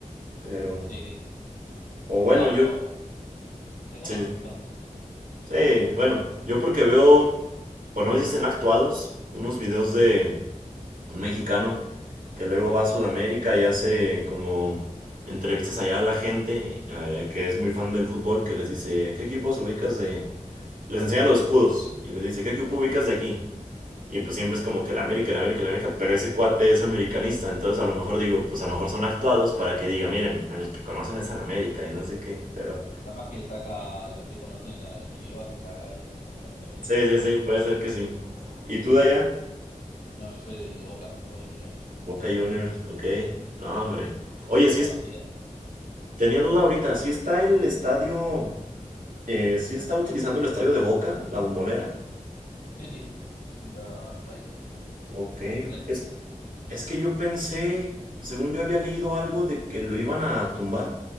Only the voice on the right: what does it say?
Pero.
O bueno,
yo.
Sí,
sí, bueno. Yo porque veo. O no sé si estén actuados. Unos videos de un mexicano que luego va a Sudamérica y hace como entrevistas allá a la gente eh, que es muy fan del fútbol, que les dice, ¿qué equipos ubicas de, les enseña los escudos y les dice, ¿qué equipo ubicas de aquí? Y pues siempre es como que la América, la América, la América, pero ese cuate es americanista, entonces a lo mejor digo, pues a lo mejor son actuados para que diga, miren, el que conocen es al América y no sé qué, pero
sí, sí, sí, puede ser que sí. ¿Y tú
de allá?
Boca Juniors, ok,
no hombre. Oye, sí
es, tenía duda ahorita, ¿sí está el estadio, eh, sí está utilizando el estadio de Boca, la bombonera?
Ok,
ok.
es Es que yo pensé, según yo había leído algo de que lo iban a tumbar,